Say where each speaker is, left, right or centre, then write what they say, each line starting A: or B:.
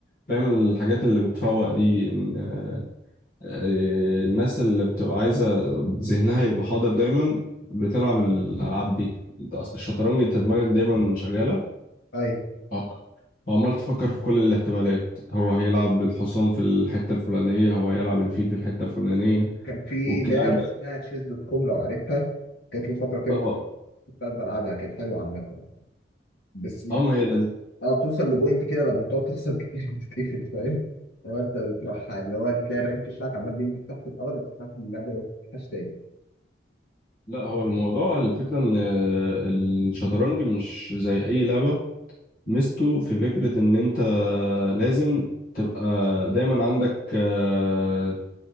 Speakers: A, on the left; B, on the left.
A: فاهم الحاجات اللي بتفوق دي إن، آه، الناس اللي بتبقى عايزة ذهنها يبقى حاضر دايما بتلعب الالعاب دي انت اصل الشطرنج انت دماغك دايما شغالة
B: ايوه
A: عم- وعمال تفكر في كل الاحتمالات هو هيلعب الحصان في الحتة الفلانية هو هيلعب الفيل في الحتة الفلانية
B: كان في
A: والكلام
B: لعبه
A: ده
B: اسمها تشيز دوت كوم لو عارفها جات لي فتره كده
A: اه
B: كنت بلعبها كانت حلوه عامه بس
A: اه ما هي
B: اه بتوصل لبوينت كده لما بتقعد تخسر كتير <laughs> بتتقفل فاهم هو انت بتروح اللي هو تلاقي الرانك بتاعك عمال بينزل تحت الارض بتتحسن من اللعبه ما بتفتحش تاني
A: لا هو الموضوع الفكرة ان الشطرنج مش زي اي لعبة ميزته في فكرة ان انت لازم تبقى دايما عندك آه،